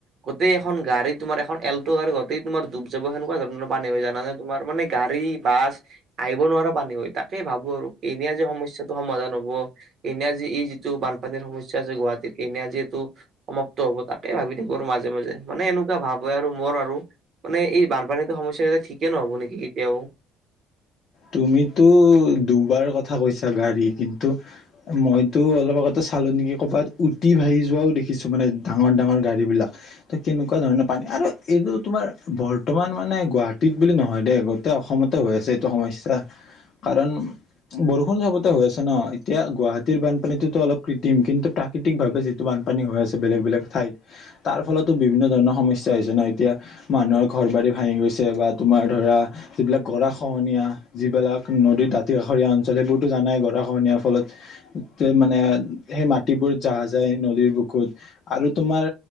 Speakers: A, on the right (about 35°); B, on the left (about 40°).
A: গোটেইখন গাড়ী তোমাৰ এল্ট গাড়ী গোটেই তোমাৰ ডুব যাব সেনেকুৱা ধৰণৰ পানী হৈ যানানে? তোমাৰ মানে গাড়ী, বাছ আহিব নোৱাৰা পানী হৈ তাকেই ভাবো আৰু কেতিয়া যে সমস্যাটো সমাধান হ'ব। হ'ব, এনেই আজি এই যিটো বানপানীৰ সমস্যা আছে গুৱাহাটীত এনে আজি এইটো - সমাপ্ত হ'ব তাকেই ভাবি থাকোঁ আৰু মাজে-মাজে মানে এনেকুৱা ভাৱ হয় আৰু মোৰ আৰু মানে এই বানপানীতটো সমস্যা কেইটা ঠিকেইে নহ'ব নেকি কেতিয়াও?
B: তুমিতো দুবাৰ কথা কৈছা গাড়ী কিন্তু মইতো অলপ আগতে চালো নেকি ক'ৰবাত উটি ভাহি যোৱাও দেখিছোঁ মানে ডাঙৰ ডাঙৰ গাড়ীবিলাক। ত কেনেকুৱা ধৰণৰ পানী আৰু এইটো তোমাৰ বৰ্তমান মানে গুৱাহাটীত বুলি নহয় দেই অসমতে হৈ আছে এইটো সমস্যা কাৰণ বৰষুণ চবতে হৈ আছে ন এতিয়া গুৱাহাটীৰ বানপানীতো অলপ কৃত্ৰিম কিন্তু প্ৰাকৃতিকভাৱে যিটো বানপানী হৈ আছে বেলেগ-বেলেগ ঠাইত তাৰ ফলতো বিভিন্ন ধৰণৰ সমস্যা হৈছে ন এতিয়া, মানুহৰ ঘৰ বাৰী ভাঙি গৈছে বা তোমাৰ ধৰা যিবিলাক গৰা-খহনীয়া যিবিলাক নদীৰ দাঁতি কাষৰীয়া অঞ্চল সেইবোৰতো জানাই গৰাখহনীয়াৰ ফলত মানে সেই মাটিবোৰ যাহ যায় নদীৰ বুকুত আৰু তোমাৰ